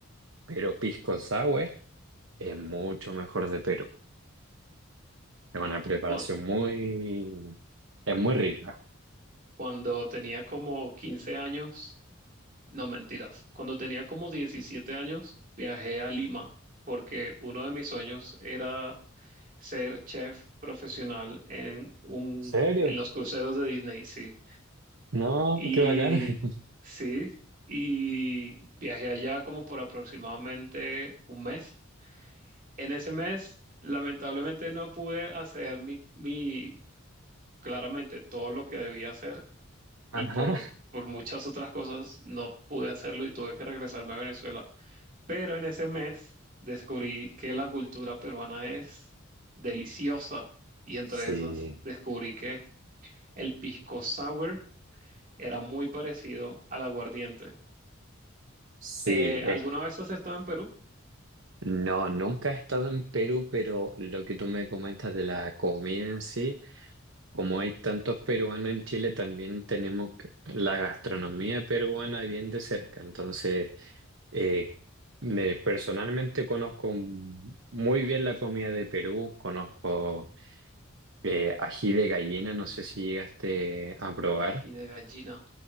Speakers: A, on the right (about 65°); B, on the right (about 40°).
A: pero pisco sour es mucho mejor de Perú. Es una preparación
B: Cu-
A: muy... es muy rica.
B: Cuando tenía como 15 años, no mentiras, cuando tenía como 17 años, viajé a Lima porque uno de mis sueños era ser chef profesional en un,
A: ¿Serio?
B: en los cruceros de Disney, sí.
A: No,
B: Y
A: qué bacana. <laughs>
B: sí, y viajé allá como por aproximadamente un mes. En ese mes, lamentablemente no pude hacer mi, mi, claramente todo lo que debía hacer
A: Ajá.
B: y por, por muchas otras cosas no pude hacerlo y tuve que regresarme a Venezuela. Pero en ese mes descubrí que la cultura peruana es deliciosa y entre
A: Sí,
B: esas descubrí que el pisco sour era muy parecido al aguardiente.
A: sí.
B: Eh,
A: es-
B: ¿alguna vez has estado en Perú?
A: No, nunca he estado en Perú, pero lo que tú me comentas de la comida en sí. Como hay tantos peruanos en Chile, también tenemos que- la gastronomía peruana bien de cerca. Entonces, eh, me personalmente conozco muy bien la comida de Perú, conozco eh, ají de gallina, no sé si llegaste a probar.
B: Ay, de gallina.